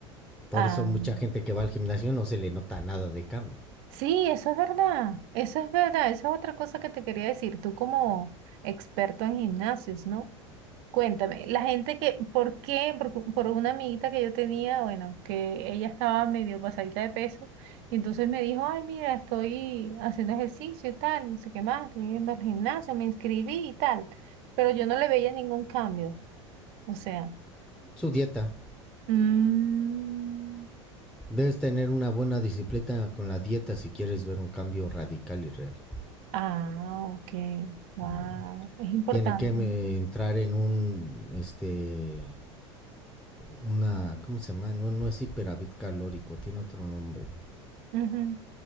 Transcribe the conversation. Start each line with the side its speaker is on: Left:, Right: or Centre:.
Centre: Por
Right: Ah.
Centre: eso mucha gente que va al gimnasio no se le nota nada de cambio.
Right: Sí, eso es verdad, eso es verdad, eso es otra cosa que te quería decir, tú como experto en gimnasios, ¿no? Cuéntame, la gente que, ¿por qué? Por, cu- por una amiguita que yo tenía, bueno, que ella estaba medio pasadita de peso, y entonces me dijo, ay, mira, estoy haciendo ejercicio y tal, no sé qué más, estoy yendo al gimnasio, me inscribí y tal, pero yo no le veía ningún cambio, o sea,
Centre: Su dieta.
Right: mm,
Centre: Debes tener una buena disciplina con la dieta si quieres ver un cambio radical y real.
Right: ah, ok, wow,
Centre: Mm.
Right: es importante,
Centre: Tiene que
Right: ¿no?
Centre: entrar en un, este, una, ¿cómo se llama? No, no es hiperávit calórico, tiene otro nombre.
Right: Ujú.